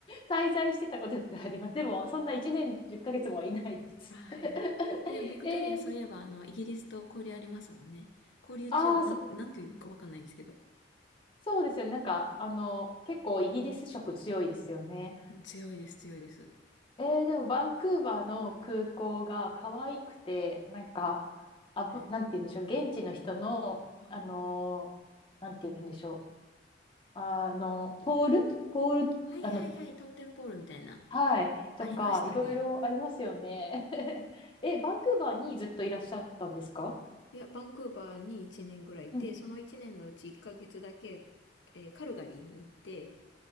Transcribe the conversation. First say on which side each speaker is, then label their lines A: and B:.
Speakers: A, on the left; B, on the left.
A: 滞在してたことがあります。でも、そんな1年10ヶ月もいないです。
B: あはいはい。
A: <laughs>
B: え、でもビクトリアそういえば、
A: えー、
B: あの、イギリスと交流ありますもんね。交流中、
A: ああ、
B: なん、
A: そ、
B: なんていうかわかんないんですけど。
A: そうですよね。なんか、あの、結構イギリス色強いですよね。
B: うん強いです、強いです。
A: えー、でも、バンクーバーの空港が可愛くて、なんか、あぶ、
B: え、
A: なんて言うんでしょう。現地の人の、
B: はい。
A: あのー、なんて言うんでしょう。あの、ポールポール、
B: はいはいはい、
A: あの、
B: トーテンポールみたいな。
A: はい。とか、
B: ありましたね。
A: いろいろありますよね。<laughs> え、バンクーバーにずっといらっしゃったんですか
B: いや、バンクーバーに1年ぐらいいて、
A: うん。
B: その1年のうち1ヶ月だけ、えーカルガリーに行って、